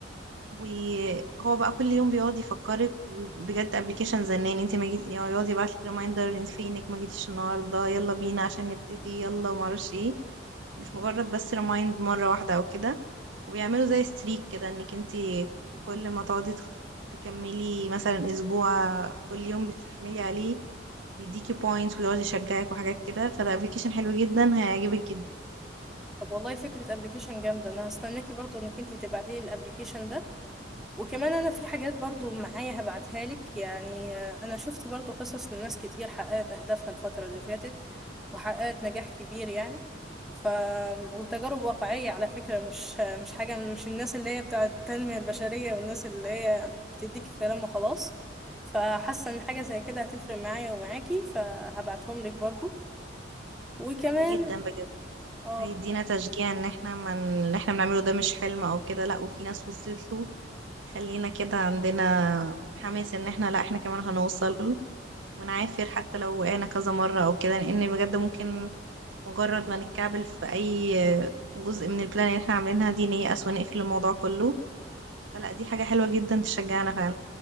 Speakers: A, on the right; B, in the centre.
A: وهو بقى كل يوم بيقعد يفكرك بجد ابلكيشن زنان انت ما جيت يعني يقعد يبعت لك ريمايندر انت فينك ما جيتيش النهارده يلا بينا عشان نبتدي يلا وما اعرفش ايه مش مجرد بس ريمايند مره واحده او كده وبيعملوا زي ستريك كده انك انت كل ما تقعدي تخ- تكملي مثلا اسبوع كل يوم بتحملي عليه بيديكي بوينتس ويقعد يشجعك وحاجات كده فده ابلكيشن حلو جدا هيعجبك جدا
B: طب والله فكرة ابلكيشن جامدة انا هستناكي برضو انك انتي تبعتيلي الابلكيشن ده وكمان انا في حاجات برضو معايا هبعتها لك يعني آه، انا شفت برضو قصص لناس كتير حققت اهدافها الفترة اللي فاتت وحققت نجاح كبير يعني ف وتجارب واقعية على فكرة مش مش حاجة مش الناس اللي هي بتاعة التنمية البشرية والناس اللي هي بتديك كلام وخلاص فحاسة ان حاجة زي كده هتفرق معايا ومعاكي فهبعتهم لك برضو وكمان
A: ده جدا بجد
B: اه
A: هيدينا تشجيع ان احنا من اللي احنا بنعمله ده مش حلم او كده لا وفي ناس وصلت له يخلينا كده عندنا حماس ان احنا لا احنا كمان هنوصل ونعافر حتى لو وقعنا كذا مرة او كده لان بجد ممكن مجرد ما نتكعبل في اي جزء من البلان اللي احنا عاملينها دي نيأس ونقفل الموضوع كله فلا دي حاجة حلوة جدا تشجعنا فعلا